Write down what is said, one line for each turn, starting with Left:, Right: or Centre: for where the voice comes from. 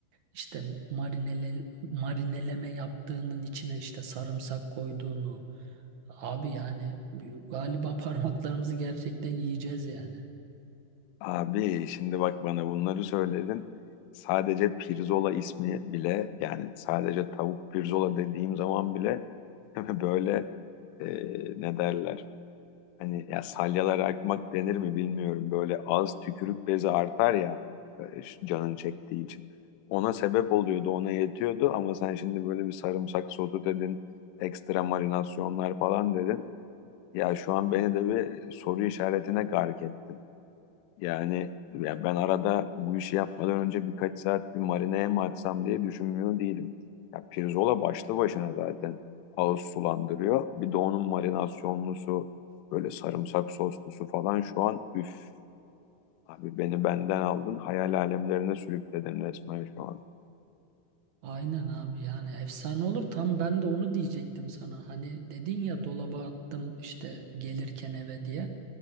Right: işte marinele, marineleme yaptığının içine işte sarımsak koyduğunu. Abi yani galiba <laughs> parmaklarımızı gerçekten yiyeceğiz yani.
Left: Abi şimdi bak bana bunları söyledin. Sadece pirzola ismi bile yani sadece tavuk pirzola dediğim zaman bile <laughs> böyle e, ne derler? Hani ya salyalar akmak denir mi bilmiyorum. Böyle ağız tükürük bezi artar ya e, şu canın çektiği için. Ona sebep oluyordu, ona yetiyordu ama sen şimdi böyle bir sarımsak sosu dedin, ekstra marinasyonlar falan dedin. Ya şu an beni de bir soru işaretine gark ettin. Yani ya ben arada bu işi yapmadan önce birkaç saat bir marineye mi atsam diye düşünmüyor değilim. Ya pirzola başlı başına zaten ağız sulandırıyor. Bir de onun marinasyonlusu böyle sarımsak soslusu falan şu an üf. Abi beni benden aldın hayal alemlerine sürükledin resmen şu an.
Right: Aynen abi yani efsane olur. Tam ben de onu diyecektim sana. Hani dedin ya dolaba attım işte gelirken eve diye.